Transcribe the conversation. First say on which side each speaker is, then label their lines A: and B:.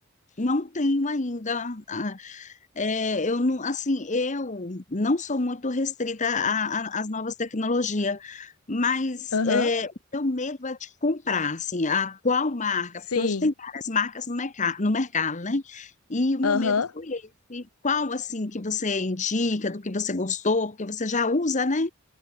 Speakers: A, on the left; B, on the left.
A: não tenho ainda. ah, É, eu não, assim, eu não sou muito restrita a- a- às novas tecnologias, mas
B: Aham.
A: é, meu medo é de comprar, assim, a qual marca,
B: Sim.
A: porque hoje tem várias marcas no, merca- no mercado, né? E o meu
B: Aham.
A: medo foi esse. Qual, assim, que você indica, do que você gostou, porque você já usa, né?